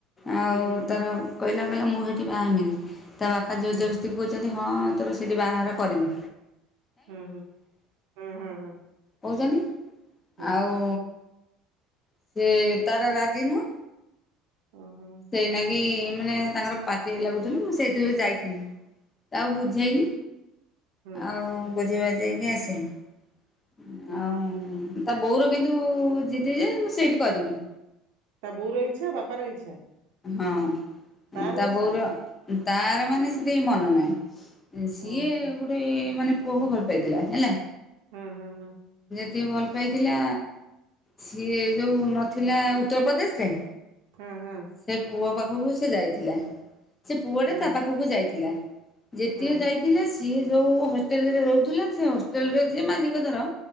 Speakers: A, on the left; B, on the right.
A: ଆଉ
B: ହୁଁ ହୁଁ
A: ତାର କହିଲା କହିଲା ମୁଁ ସେଠି ବା ହେମିନି, ତା ବାପା ଜୋର
B: ହୁଁ
A: ଜବରସ୍ତି କହୁଛନ୍ତି ହଁ ତୋର ସେଇଠି ବାହାଘର କରିମି।
B: ହୁଁ-ହୁଁ-ହୁଁ-ହୁଁ ହଁ।
A: କହୁଛନ୍ତି
B: ହଁ
A: ଆଉ ସେ ତାର ରାଜି ନୁହଁ
B: ଓହୋ
A: ସେଇନାଗି ମାନେ ତାଙ୍କର ପାଟି ଲାଗୁଥିଲୁ, ମୁଁ ସେଇଥିପାଇଁ ଯାଇଥିଲି। ତାକୁ ବୁଝେଇନି
B: ହଁ ହୁଁ
A: ଆଉ ବୁଝେଇ ବାଝେଇକି ଆସିନି।
B: ହୁଁ
A: ଆଉ
B: ହୁଁ
A: ତା ବୋଉର କିନ୍ତୁ ଜିଦି ଯେ ମୁଁ ସେଇଠି କରିବି।
B: ତା ବୋଉର ଇଚ୍ଛା, ବାପାର ଇଚ୍ଛା
A: ହଁ
B: ତାର
A: ତା
B: ଇଚ୍ଛା
A: ବୋଉର
B: ନାହିଁ
A: ତାର ମାନେ ସେତେ ମନେ ନାହିଁ। ସିଏ
B: ଓହୋ
A: ଗୋଟେ ମାନେ ପୁଅକୁ ଭଲ ପାଇଥିଲା ହେଲା।
B: ହଁ ହଁ ହଁ।
A: ତେ ଭଲ ପାଇଥିଲା ସିଏ ଯୋଉ ନଥିଲା ଉତ୍ତରପ୍ରଦେଶରେ।
B: ହଁ ହଁ
A: ସେ ପୁଅ ପାଖକୁ ସେ ଯାଇଥିଲା ସେ ପୁଅଟା
B: ହଁ
A: ତା ପାଖକୁ ଯାଇଥିଲା। ଯେତିିକ
B: ହଁ
A: ଯାଇଥିଲେ ସିଏ ଯୋଉ ହଷ୍ଟେଲରେ ରହୁଥିଲା ସେ ହଷ୍ଟେଲ ରେ ଯିଏ ମାଲିକ ଧର।